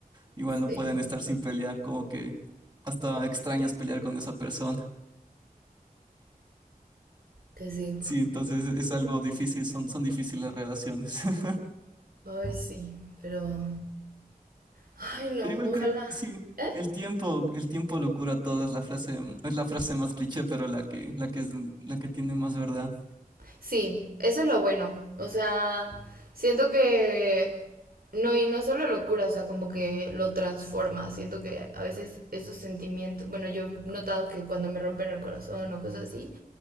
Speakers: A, on the right (about 30°); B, on the right (about 80°).
A: igual
B: Sí,
A: no pueden estar sin pelear, como que hasta extrañas pelear con esa persona.
B: que sí.
A: Sí, entonces es algo difícil, son, son difíciles las relaciones. <laughs>
B: Ay, sí, pero... Ay, no,
A: Pero igual
B: ojalá.
A: creo que sí,
B: ¿Eh?
A: el tiempo, el tiempo lo cura todo, es la frase, es la frase más cliché, pero la que, la que es, la que tiene más verdad.
B: Sí, eso es lo bueno. O sea, siento que... No, y no solo lo cura, o sea, como que lo transforma. Siento que a veces esos sentimientos, bueno, yo he notado que cuando me rompen el corazón o cosas así,